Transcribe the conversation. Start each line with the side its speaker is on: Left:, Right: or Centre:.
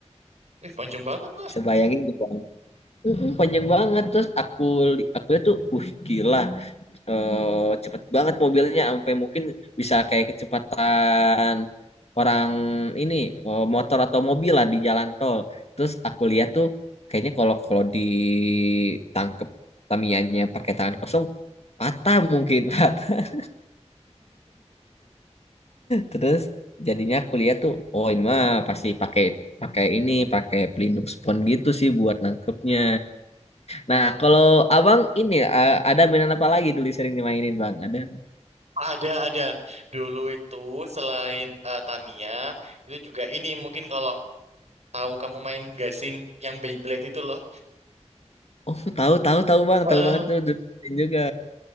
Right: eh panjang banget lah
Left: bisa bayangin gak, bang Mm-mm, panjang banget terus aku li- aku lihat tuh uh gila eh, cepet banget mobilnya sampai mungkin bisa kayak kecepatan orang ini eh, motor atau mobil lah di jalan tol. Terus aku lihat tuh kayaknya kalau kalau ditangkep Tamianya pakai tangan kosong patah mungkin <laughs> patah. Terus jadinya aku lihat tuh oh ini mah pasti pakai
Right: Mhm.
Left: pakai ini pakai pelindung spons gitu sih buat nangkepnya. Nah, kalau abang ini eh, ada mainan apa lagi dulu sering dimainin bang? Ada
Right: Ada, ada. Dulu itu selain eh, Tamiya, itu juga ini mungkin kalau tahu kamu main gasing yang Beyblade itu loh.
Left: Oh, tahu tahu tahu Bang,
Right: Eh,
Left: tahu banget tuh dulu main juga.